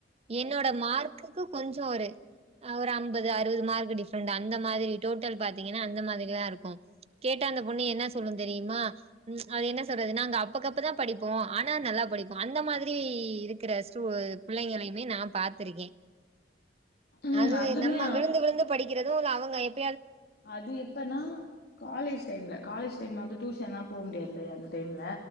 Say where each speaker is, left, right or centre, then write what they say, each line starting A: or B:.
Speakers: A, on the right; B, on the left.
A: என்னோட மார்க்குக்கு கொஞ்சோ ஒரு ஒரு அம்பது அறுபது மார்க் டிஃப்ரெண்ட் அந்த மாரி டோட்டல் பாத்தீங்கன்னா அந்த மாதிரி தா இருக்கும் கேட்டா அந்த பொண்ணு என்ன சொல்லு தெரியுமா அது என்ன சொல்றது நாங்க அப்பக்கப்பதான் படிப்போம் ஆனா நல்லா படிப்போ அந்த மாதிரி இருக்கிற ஸ்டூட பிள்ளைங்களுமே நா பாத் துருக்க
B: ம்
A: அது
B: அதுமே
A: நம்ம விழுந்து விழுந்து படிக் கிறதுல அவங்க இப்
B: அது எப்பனா காலேஜ் டைம்ல காலேஜ் டைம்ல வந்து டூஷன் லாம் போ முடியாது கல அந்த டைம்ல